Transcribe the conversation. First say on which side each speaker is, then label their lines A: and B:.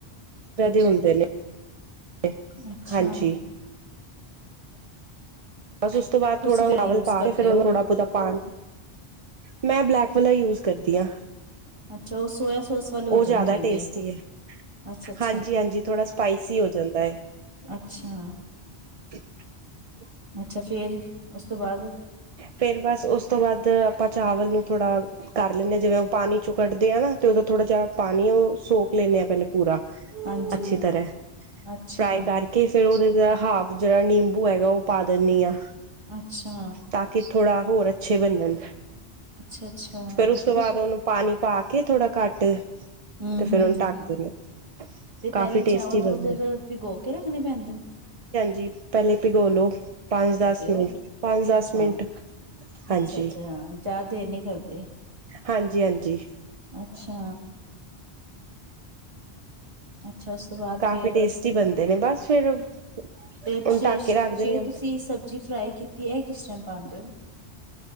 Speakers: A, on the right; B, on the right.
A: ਦੋ ਤਰ੍ਹਾਂ ਹੁੰਦੇ ਨੇ।
B: ਅੱਛਾ
A: ਹਾਂਜੀ। ਬਸ ਉਸ ਤੋਂ ਬਾਦ
B: ਤੁਸੀਂ
A: ਥੋੜਾ
B: ਕਿਹੜਾ
A: ਚਾਵਲ
B: ਯੂਜ
A: ਪਾ
B: ਕਰਦੇ
A: ਕੇ ਫੇਰ ਉਹਨੂੰ
B: ਹੋ
A: ਬੋਤਾ ਪਾਣੀ ਮੈਂ ਬਲੈਕ ਵਾਲਾ ਯੂਜ ਕਰਦੀ ਆਂ।
B: ਅੱਛਾ, ਉਹ ਸੋਆ ਸੋਸ ਵਾਲੇ ਹੋ ਜਾਂਦੇ
A: ਜ਼ਿਆਦਾ
B: ਹੋਏਗੇ,
A: ਟੇਸਟੀ ਹੈ
B: ਅੱਛਾ,
A: ਹਾਂਜੀ ਹਾਂਜੀ ਥੋੜਾ ਸਪਾਈਸੀ ਹੋ ਜਾਂਦਾ ਹੈ
B: ਅੱਛਾ ਅੱਛਾ।
A: <unintelligible>
B: ਅੱਛਾ ਫੇਰ ਉਸ ਤੋਂ ਬਾਅਦ
A: ਫੇਰ ਬਸ ਉਸ ਤੋਂ ਬਾਅਦ ਆਪਾ ਚਾਵਲ ਨੂੰ ਥੋੜਾ ਕ ਡ ਲੈਂਦੇ ਆਂ। ਜਿਵੇਂ ਉਹ ਪਾਣੀ ਚੋਂ ਕਡਦੇ ਆ ਨਾ, ਤੇ ਉਹਦੋ ਥੋੜਾ ਜਿਹਾ ਪਾਨੀ ਉਹ ਸੋਕ ਲੈਂਨੇ ਆ ਪਹਿਲੇ। ਪੂਰਾ
B: ਹਾਂਜੀ
A: ਅੱਛੀ ਤਰ੍ਹਾਂ
B: ਅੱਛਾ
A: ਫਰਾਈ ਕਰਕੇ ਫੇਰ ਉਹਦੇ ਹਾਫ ਜਿਹੜਾ ਨਿੰਬੂ ਹੈਗਾ ਉਹ ਪਾ ਦਿੰਨੀ ਆ।
B: ਅੱਛਾ।
A: ਤਾਂ ਕਿ ਥੋੜਾ ਹੋਰ ਅੱਛੇ ਬਨਨ।
B: ਅੱਛਾ ਅੱਛਾ
A: ਫੇਰ ਉਸ ਤੋਂ
B: ਤੇ
A: ਬਾਅਦ ਉਹਨੂੰ ਪਾਨੀ ਪਾ ਕੇ ਥੋੜਾ ਘੱਟ
B: ਹੂੰ,
A: ਤੇ ਫੇਰ
B: ਹੂੰ,
A: ਉਹਨੂੰ ਢੱਕ ਦਿੰਦੇ
B: ਤੇ
A: ਕਾਫੀ
B: ਪਹਿਲੇ
A: ਟੇਸਟੀ
B: ਚਾਵਲ
A: ਬਣਦੇ
B: ਥੋੜ੍ਹੀ ਦੇਰ ਭਿਗੋ ਕੇ ਰੱਖਨੇ ਪੈਂਦੇ।
A: <unintelligible> ਪਹਿਲੇ ਭਿਗੋ ਲੋ, ਪੰਜ ਦਸ
B: ਓ।
A: ਮਿੰਟ ਪੰਜ ਦਸ
B: ਅੱਛਾ,
A: ਮਿੰਟ ਹਾਂਜੀ
B: ਅੱਛਾ, ਅੱਛਾ ਜ਼ਿਆਦਾ ਦੇਰ ਨੀ ਕਰਦੇ,
A: ਹਾਂਜੀ ਹਾਂਜੀ
B: ਅੱਛਾ। <unintelligible> ਛਾ, ਉਸ ਤੋਂ ਬਾਅਦ
A: ਕਾਫੀ
B: ਫੇਰ,
A: ਟੇਸਟੀ ਬਣਦੇ ਨੇ ਬਸ ਫਿਰ
B: ਤੇ
A: ਹੁਣ
B: ਜੇਸ਼
A: ਢੱਕ ਕੇ ਰੱਖ ਦਿੰਦੇ
B: ਜੇ
A: ਹਾਂ
B: ਤੁਸੀਂ ਸਬਜ਼ੀ ਫਰਾਈ ਕੀਤੀ, ਏ ਕਿਸ ਟਾਈਮ। <unintelligible>